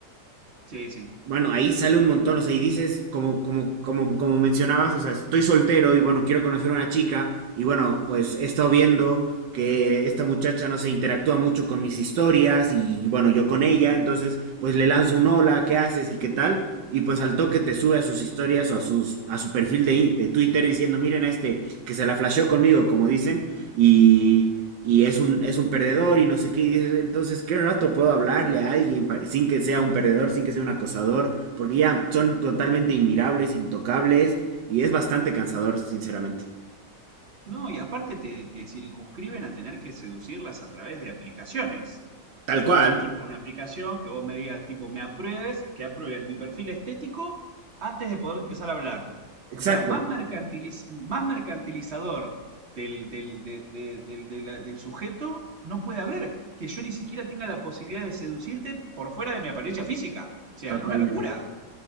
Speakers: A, on the right (about 40°); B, on the right (about 90°).
A: Sí, sí.
B: Bueno, ahí sale un montón, o sea, y dices, como, como, como, como mencionabas, o sea, estoy soltero y bueno, quiero conocer a una chica, y bueno, pues he estado viendo que esta muchacha, no se interactúa mucho con mis historias, y bueno, yo con ella, entonces, pues le lanzo un hola, ¿qué haces y qué tal? Y pues al toque te sube a sus historias o a sus, a su perfil de, in- de Twitter diciendo, miren a este, que se la flasheó conmigo, como dicen, y y es un, es un perdedor y no sé qué, y dices, entonces, ¿qué rato puedo hablarle a alguien pa- sin que sea un perdedor, sin que sea un acosador? Porque ya son totalmente inmirables, intocables, y es bastante cansador, sinceramente.
A: No, y aparte te, te circunscriben a tener que seducirlas a través de aplicaciones.
B: Tal cual.
A: Entonces, tipo, una aplicación que vos me digas, tipo, me apruebes, que apruebes mi perfil estético antes de poder empezar a hablar.
B: Exacto,
A: O sea, más mercantiliz- más mercantilizador del, del, de- de- del- de la- del sujeto no puede haber. Que yo ni siquiera tenga la posibilidad de seducirte por fuera de mi apariencia física. O sea,
B: totalmente.
A: es una locura.